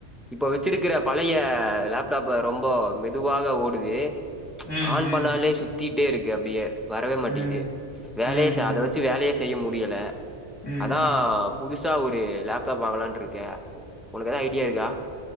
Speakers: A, in the centre; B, on the left (about 20°).
A: இப்போ வச்சிருக்கிற பழைய லேப்டாப்ப ரொம்ப மெதுவாக ஓடுது
B: ம்,
A: ஆன்
B: ம், ம்,
A: பண்ணாலே சுத்திட்டே இருக்கு அப்டியே வரவே மாட்டேங்குது
B: ம்,
A: வேலயே
B: ம்,
A: சா அத வச்சி வேலயேஸ் செய்ய முடியல
B: ம்,
A: அதாப்
B: ம்.
A: புதுசா ஒரு லேப்டாப் வாங்கலான் இருக்கே உனக்கு ஏதாவது ஐடியா இருக்கா